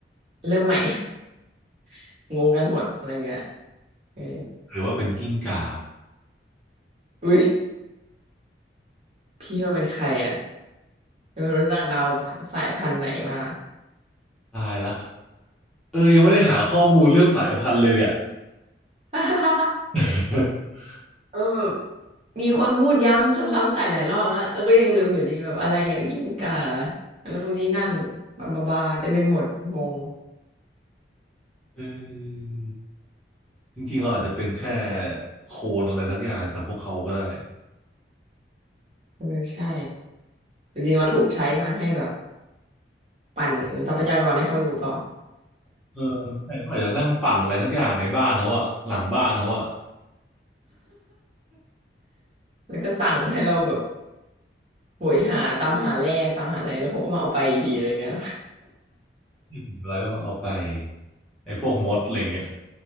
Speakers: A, on the right; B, in the centre.
A: เริ่มใหม่ <laughs> งงกันหมดอะไรเงี้ยเออ
B: ำหรือว่าเป็นกิ้งก่า
A: อุ้ยพี่ว่าเป็นใครอ่ะ เธอรู้จักดาวสายพันธุ์ไหนมา
B: ตายละเออยังไม่ได้หาข้อมูลเรื่องสายพันธุ์เลยเนี่ย
A: <laughs>
B: <laughs>
A: เออแบบมีคนพูดย้ำซ้ำๆใส่หลายรอบแล้วแล้วก็ยังลืมอยู่ดีแบบอะไรอย่างกิ้งก่าอันนู้นนี้นั่นบาบาบาเต็มไปหมดงง
B: เออจริงๆเราอาจจะเป็นแค่โคลนอะไรสักอย่างจากพวกเขาก็ได้
A: เออใช่จริงๆเราถูกใช้มาให้แบบปั่นทรัพยากรให้เขาอยู่เปล่า
B: เออแต่เขาอาจจะนั่งปั่นอะไรสักอย่างในบ้านเขาอะหลังบ้านเขาอะ
A: <laughs> แล้วก็สั่งให้เราแบบโหยหาตามหาแร่ตามหาอะไรแล้วเขาก็มาเอาไปอีกทีอะไรเงี้ย
B: ที่ถึงเวลาก็มาเอาไปไอ้พวกมดอะไรเงี้ย